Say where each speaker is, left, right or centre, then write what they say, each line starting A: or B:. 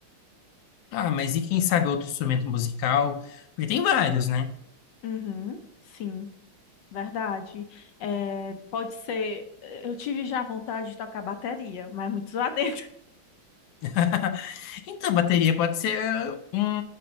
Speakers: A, on the left; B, on the left.
A: Ah, mas e quem sabe outro instrumento musical? Porque tem vários, né?
B: Uhum, sim, verdade. É, pode ser. Eu tive já vontade de tocar bateria, mas muito zoadento.
A: <laughs> Então, bateria pode ser um